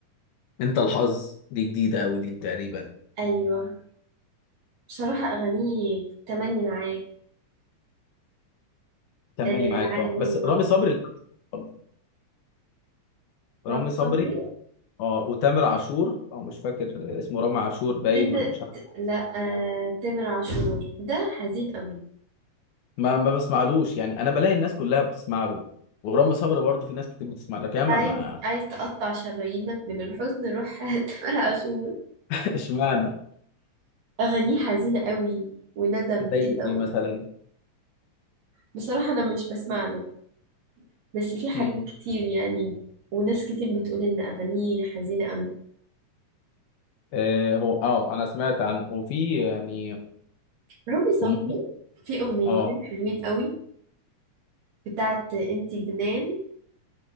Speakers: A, on the left; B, on the right.
A: انت الحظ دي جديده قوي دي تقريبا
B: أيوة بصراحة أغانيه تملي معاك
A: تملي
B: آه العالم
A: معاك اه بس
B: الله
A: رامي صبري لا. رامي
B: رام
A: صبري
B: صبري
A: اه وتامر عاشور اه مش فاكر اسمه رامي عاشور باين
B: تامر
A: ولا مش عارف
B: ت- لا آه تامر عاشور ده حزين قوي
A: ما ما بسمعلوش يعني انا بلاقي الناس كلها بتسمع له ورامي صبري برضه في ناس كتير بتسمع له كمان
B: عايز
A: ما
B: عايز تقطع شرايينك من الحزن روح <laughs> تامر عاشور
A: <laughs> اشمعنى
B: أغانيه حزينة قوي وندم
A: زي
B: كده
A: ايه
B: و...
A: مثلا
B: بصراحة أنا مش بسمع له بس في حاجات
A: مم.
B: كتير يعني وناس كتير بتقول ان اغانيه حزينه قوي
A: آه هو اه انا سمعت عنه وفي يعني
B: رامي صبري
A: في مره
B: في اغنيتين
A: اه
B: حلوين قوي بتاعت انت جنان